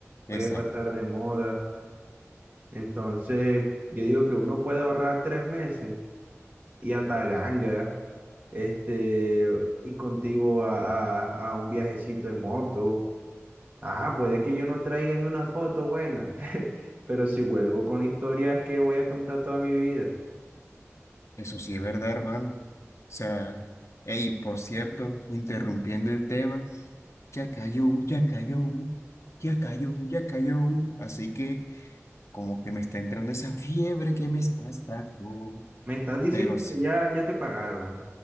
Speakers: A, on the left; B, on the right.
A: exacto.
B: puede pasar de moda. Entonces, yo digo que uno puede ahorrar tres meses y a Taganga, este, y contigo a, a a un viajecito en moto. Ah, puede que yo no traiga ni una foto buena, <laughs> pero si vuelvo con historias que voy a contar toda mi vida.
A: Eso sí es verdad, hermano. O sea, hey, por cierto, interrumpiendo el tema, ya cayó, ya cayó, ya cayó, ya cayó. Así que como que me está entrando esa fiebre que me estás dando.
B: Me estás diciendo
A: Pero sí,
B: que ya, ya te pagaron.